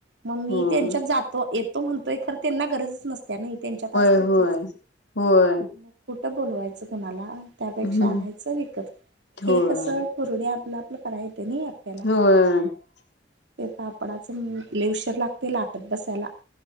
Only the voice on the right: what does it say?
मग मी
त्यांच्यात जातो येत तो म्हणतोय खरं त्यांना गरजच नसत्या नाही त्यांच्यात असतातच
मग कुठं बोलवायचं कुणाला? त्यापेक्षा
आणायचं विकत
हे कसं कुरड्या आपल आप कराय
नाही एकट्याला ते पापडाच लय यशी लाटत बसायला